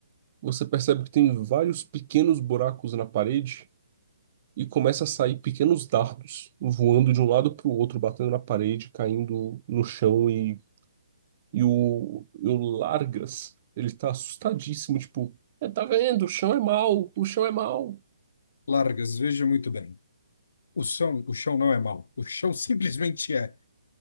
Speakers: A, on the right; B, on the left.
A: você percebe que tem vários pequenos buracos na parede e começa a sair pequenos dardos voando de um lado para o outro, batendo na parede, caindo no chão e, e o, e o Largas, ele tá assustadíssimo, tipo, "É, tá vendo? O chão é mau, o chão é mau.
B: Largas, veja muito bem. O chão, o chão não é mau. O chão simplesmente é.